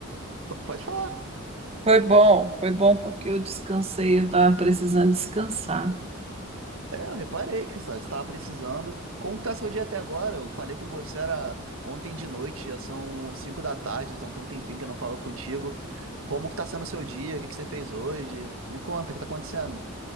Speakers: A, on the right (about 70°); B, on the right (about 30°).
A: Pode falar.
B: foi bom. Foi bom porque eu descansei, eu tava precisando descansar.
A: É, eu reparei que você estava precisando. Como que tá seu dia até agora? Eu falei com você era ontem de noite, já são 5 da tarde, então tem um tempinho que eu não falo contigo. Como que tá sendo o seu dia? O que que você fez hoje? Me conta, o que tá acontecendo?